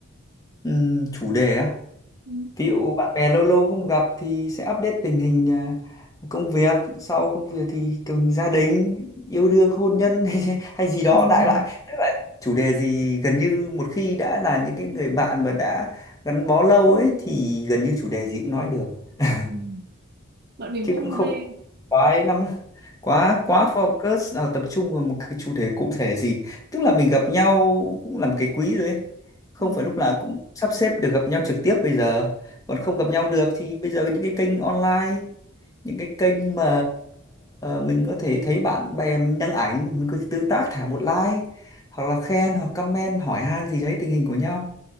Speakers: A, on the left; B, on the right.
A: Ừm, chủ đề á
B: Ừ.
A: ví dụ bạn bè lâu lâu không gặp thì sẽ update tình hình à, công việc sau công việc thì cùng gia đình yêu đương hôn nhân <laughs> hay, hay gì đó
B: <laughs>
A: đại loại tức là chủ đề gì gần như một khi đã là những cái người bạn mà đã gắn bó lâu ấy thì gần như chủ đề gì cũng nói được <laughs>
B: Ừ. Bọn mình
A: chứ
B: cũng
A: cũng không
B: hay
A: quá ấy lắm quá quá focus vào tập trung vào một cái chủ đề cụ thể gì tức là mình gặp nhau cũng làm cái quý rồi ấy không
B: Ừ.
A: phải lúc nào cũng sắp xếp được gặp nhau trực tiếp bây giờ còn không gặp nhau được thì bây giờ những cái kênh online những cái kênh mà mình có thể thấy bạn bè mình đăng ảnh mình có thể tương tác thả một like hoặc là khen hoặc comment hỏi han gì đấy tình hình của nhau